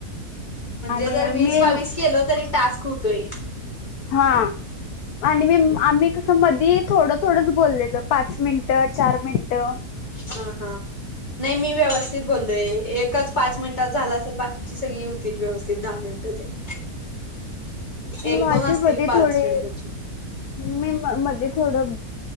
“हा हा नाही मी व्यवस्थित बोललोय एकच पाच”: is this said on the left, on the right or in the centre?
Left